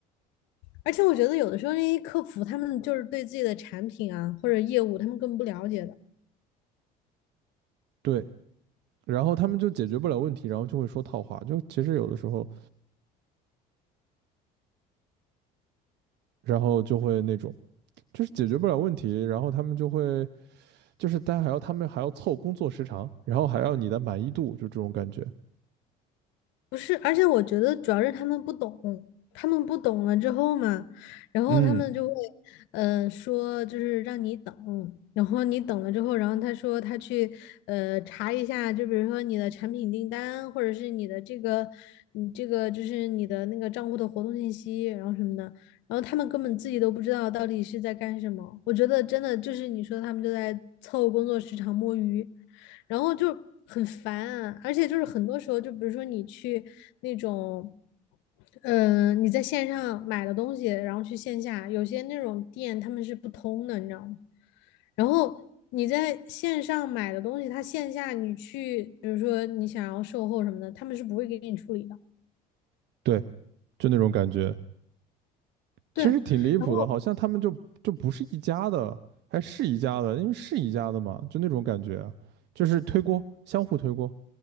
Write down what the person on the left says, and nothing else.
而且我觉得有的时候那些客服他们就是对自己的产品啊或者业务他们根本不了解的。
不是，而且我觉得主要是他们不懂，他们不懂了之后嘛，然后他们就会，
呃，说就是让你等，然后你等了之后，然后他说他去，呃，查一下，就比如说你的产品订单，或者是你的这个，你这个就是你的那个账户的活动信息，然后什么的，然后他们根本自己都不知道到底是在干什么。我觉得真的就是你说他们就在凑工作时长摸鱼。然后就很烦，而且就是很多时候，就比如说你去那种，嗯、你在线上买的东西，然后去线下，有些那种店他们是不通的，你知道吗？然后你在线上买的东西，它线下你去，比如说你想要售后什么的，他们是不会给你处理的。
对，
然后